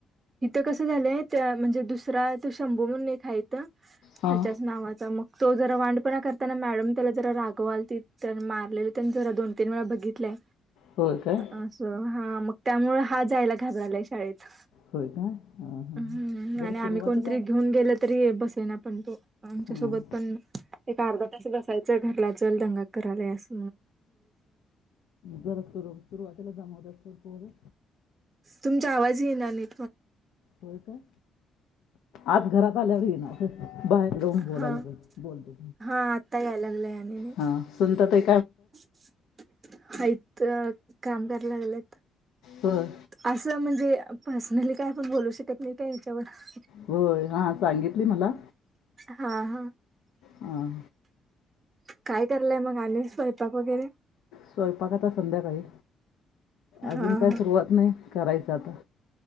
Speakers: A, on the right; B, on the left.
A: इथं कसं झालंय त्या म्हणजे दुसरा तो शंभू म्हणून एक हायसा.
B: हां
A: त्याच्याच नावाचा मग तो जरा वांडपणा करताना मॅडम त्याला जरा रागवाल त मारलेली त्यांनी जरा दोन तीन वेळा बघितलेय.
B: होय काय
A: असं, हा मग त्यामुळे हा जायला घाबरलाय शाळेत.
B: होय काय हां हां हां.
A: हम्
B: जरा
A: आणि आम्ही
B: सुरुवातीला
A: कोणतरी घेऊन गेल तरी बसेना पण तो. आमच्यासोबत
B: हां
A: पण एक अर्धा तास बसायचं घरला चल दंगा करा <unintelligible>
B: जरा सुर सुरुवातीला दमवतात पण पोर.
A: तुमचा आवाज येत नाही.
B: होय काय आत घरात आल्यावर येणार <unintelligible> बाहेर जाऊन बोलायला
A: हा.
B: पाहिजे.
A: हा आत्ता यायला लागलाय आणि नीट
B: हा सुनते.
A: <unintelligible> हाईत काम करायला लागलंय.
B: होय
A: असं म्हणजे पर्सनली काय आपण बोलू शकत नाही का हच्यावर.
B: होय हा सांगितली मला.
A: हा हा.
B: हं
A: काय कराले आली मग स्वयंपाक वगैरे
B: स्वयंपाक आता संध्याकाळी अजून
A: हा हा
B: काय सुरुवात नाही करायच. जाता.